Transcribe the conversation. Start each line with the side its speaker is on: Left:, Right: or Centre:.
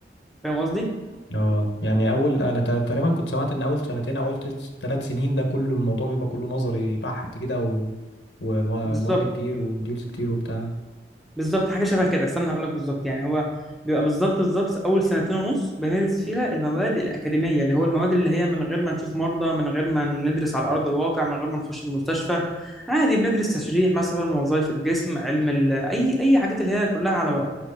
Centre: فاهم قصدي؟
Left: اه يعني اول انا ت- تقريبا كنت سمعت ان اول سنتين او اول ثلاث سنين ده كله الموضوع بيبقى كله نظري بحت كده و... ومواد
Centre: بالظبط
Left: كتير وموديولز كتير وبتاع
Centre: بالظبط حاجه شبه كده استنى هقول لك بالظبط يعني هو بيبقى بالظبط بالظبط اول سنتين ونص بندرس فيها المواد الاكاديميه اللي هو المواد اللي هي من غير ما نشوف مرضى من غير ما ندرس على ارض الواقع من غير ما نخش المستشفى عادي بندرس تشريح مثلا وظائف الجسم علم ال... اي اي حاجات اللي هي كلها على ورق